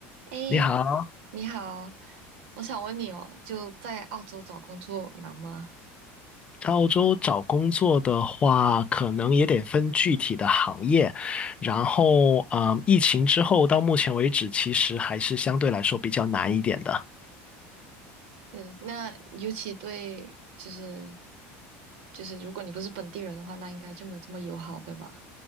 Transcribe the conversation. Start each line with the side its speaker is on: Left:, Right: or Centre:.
Right: 哎，
Left: 你好，
Right: 你好，我想问你哦，就在澳洲找工作难吗？
Left: 在澳洲找工作的话，可能也得分具体的行业。然后，嗯，疫情之后到目前为止，其实还是相对来说比较难一点的。
Right: 对，那尤其对，就是就是，如果你不是本地人的话，那应该就没有这么友好，对吧？